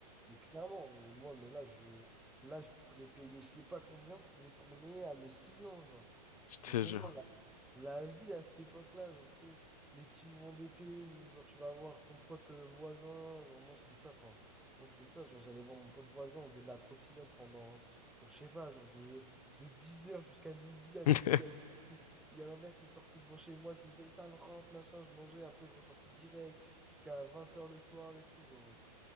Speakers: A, in the centre; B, on the left.
A: Mais clairement, mais moi, mais là, je, là, je pourrais payer je sais pas combien pour retourner à mes 6 ans, genre.
B: Je te
A: Vraiment,
B: jure.
A: la, la vie à cette époque-là, genre, tu sais, les petits moments d'été où, genre, tu vas voir ton pote euh, voisin, genre, moi, c'était ça, enfin, moi, c'était ça, genre, j'allais voir mon pote voisin, on faisait de la trottinette pendant, genre, je sais pas, genre, de, de dix heures jusqu'à midi, à
B: <laughs>
A: midi, il y
B: Je
A: a ma mère qui il y a ma mère qui sortait devant chez moi, qui me disait, éteins le rampe, machin, je mangeais, après, je ressortais direct, jusqu'à vingt heures le soir et tout, genre.